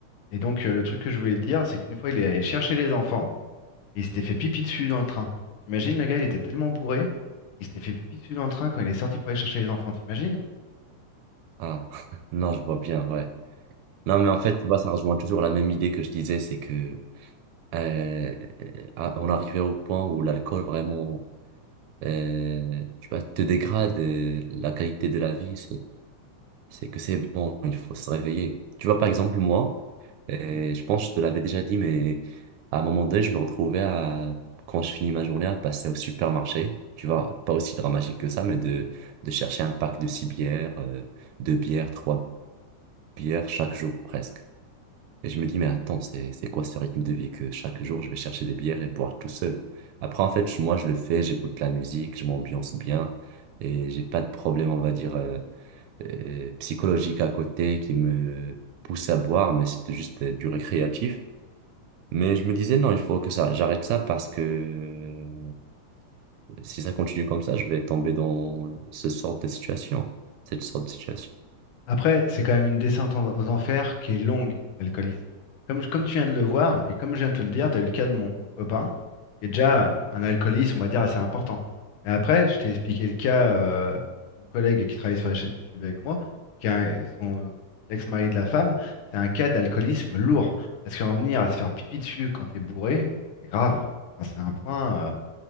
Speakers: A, on the left; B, on the right.
A: Et donc, euh, le truc que je voulais te dire, c'est qu'une fois, il est allé chercher les enfants et il s'était fait pipi dessus dans le train. T'imagines, le gars, il était tellement bourré qu'il s'était fait pipi dessus dans le train quand il est sorti pour aller chercher les enfants, t'imagines?
B: Ah, <laughs> non, je vois bien, ouais. Non, mais en fait, tu vois, ça rejoint toujours la même idée que je disais, c'est que euh, ah, on arrivait au point où l'alcool vraiment, euh, tu vois, te dégrade euh, la qualité de la vie. c'est que c'est bon, il faut se réveiller. Tu vois, par exemple, moi, euh, je pense que je te l'avais déjà dit, mais à un moment donné, je me retrouvais à, quand je finis ma journée, à passer au supermarché. Tu vois, pas aussi dramatique que ça, mais de, de chercher un pack de six bières, euh, deux bières, trois bières, chaque jour presque. Et je me dis, mais attends, c'est, c'est quoi ce rythme de vie que chaque jour, je vais chercher des bières et boire tout seul? Après, en fait, je- moi, je le fais, j'écoute la musique, je m'ambiance bien et j'ai pas de problème, on va dire. euh, euh, psychologique à côté qui me poussait à boire, mais c'était juste euh, du récréatif. Mais je me disais, non, il faut que ça, j'arrête ça parce que euh, si ça continue comme ça, je vais tomber dans ce sort de situation, cette sorte de situation.
A: Après, c'est quand même une descente en- aux enfers qui est longue, l'alcoolisme. Comme, je- comme tu viens de le voir, et comme je viens de te le dire, tu as eu le cas de mon copain, qui est déjà un alcooliste, on va dire, assez important. Mais après, je t'ai expliqué le cas euh, de mon collègue qui travaille sur la chaîne YouTube avec moi, qui est un- son, euh, l'ex-mari de la femme, c'est un cas d'alcoolisme lourd. Parce qu'en venir à se faire pipi dessus quand t'es bourré, c'est grave. Enfin, c'est un point, euh,